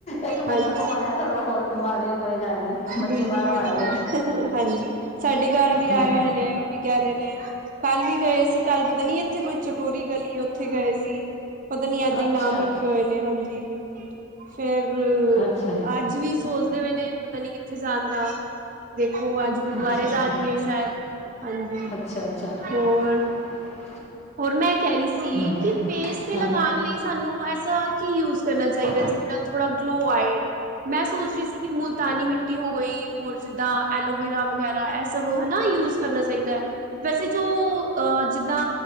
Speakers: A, on the left; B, on the right.
A: ਇੱਕ ਮਹੀਨਾ
B: ਹਾਂਜੀ
A: ਘਮਾਇਆ, ਥੋੜਾ ਹੋਰ ਘੁਮਾ ਦਿਓ, ਕੋਈ ਗੱਲ ਨਹੀਂ। ਬੱਚੇ
B: ਬਿਲਕੁਲ
A: ਬਾਹਰੋਂ
B: ਬਿਲਕੁਲ
A: ਆਏਦੇ ਨੇ।
B: ਹਾਂਜੀ, ਸਾਡੇ ਘਰ ਵੀ
A: ਹਾਂ
B: ਆਏ ਹੋਏ ਨੇ, ਉਹ ਵੀ ਕਹਿ ਰਹੇ ਨੇ। ਕੱਲ ਈ ਗਏ ਸੀ, ਕੱਲ ਪਤਾ ਨਹੀਂ ਇੱਥੇ ਕੋਈ ਚਟੋਰੀ ਗਲੀ ਏ, ਉੱਥੇ ਗਏ ਸੀ। ਪਤਾਨੀ ਇਹਦਾਂ
A: ਅੱਛਾ
B: ਈ ਨਾਮ ਰੱਖੇ ਹੋਏ ਨੇ, ਹਾਂਜੀ। ਫੇਰ,
A: ਅੱਛਾ
B: ਅੱਜ ਵੀ ਸੋਚਦੇ ਪਏ ਨੇ, ਪਤਾ ਨੀ ਕਿੱਥੇ ਜਾਣਦਾ, ਦੇਖੋ ਅੱਜ ਗੁਰਦੁਆਰੇ
A: ਅੱਛਾ
B: ਜਾ
A: ਅੱਛਾ
B: ਰਹੀ ਏ, ਸ਼ਾਇਦ। ਹਾਂਜੀ,
A: ਅੱਛਾ ਅੱਛਾ
B: ਹੋਰ
A: <unintelligible>
B: ਹੋਰ ਮੈਂ ਕਹਿ ਰਹੀ ਸੀ
A: ਹਮ
B: ਫੇਸ ਤੇ
A: ਹਾਂ
B: ਲਗਾਣ ਲਈ ਸਾਨੂੰ ਐਸਾ ਕੀ ਯੂਜ ਕਰਨਾ ਚਾਹੀਦਾ ਜਿਹਦੇ ਨਾਲ ਥੋੜ੍ਹਾ ਗਲੋ ਆਏ। ਮੈਂ ਸੋਚ ਰਹੀ ਸੀ ਕਿ ਮੁਲਤਾਨੀ ਮਿੱਟੀ ਹੋ ਗਈ ਹੋਰ ਜਿੱਦਾਂ ਐਲੋਵੇਰਾ ਵਗੈਰਾ ਐ। ਹਨਾ ਸਬ ਯੂਜ ਕਰਨਾ ਚਾਹੀਦਾ ਐ ਵੈਸੇ ਜੋ ਅ ਜਿੱਦਾਂ।